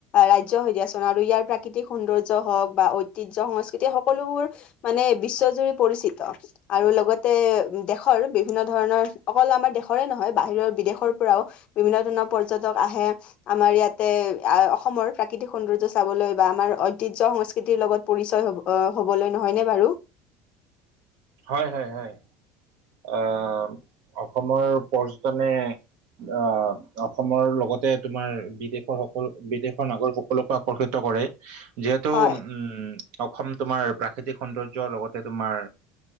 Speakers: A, on the left; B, on the right.
A: ৰাজ্য হৈ দিয়াছোন। আৰু ইয়াৰ প্ৰাকৃতিক সৌন্দৰ্য হওক বা ঐতিহ্য সংস্কৃতি সকলোবোৰ মানে বিশ্বজুৰি পৰিচিত। আৰু লগতে দেশৰ বিভি বিভিন্ন ধৰণৰ, অকল আমাৰ দেশৰে নহয় বাহিৰৰ বিদেশৰ পৰাও বিভিন্ন ধৰণৰ পৰ্যটক আহে আমাৰ ইয়াতে অসমৰ প্ৰাকৃতিক সৌন্দৰ্য চাবলৈ বা আমাৰ ঐতিহ্য সংস্কৃতিৰ লগত পৰিচয় অ, হ'বলৈ নহয় নে বাৰু?
B: হয়, হয়, হয়, অ অসমৰ পৰ্যটনে আহ, অসমৰ লগতে তোমাৰ বিদেশৰ সকলো বিদেশৰ নাগৰিক সকলকো আকৰ্ষিত কৰে। যিহেতু
A: হয়
B: উম, অসম তোমাৰ প্ৰাকৃতিক সৌন্দৰ্য লগতে তোমাৰ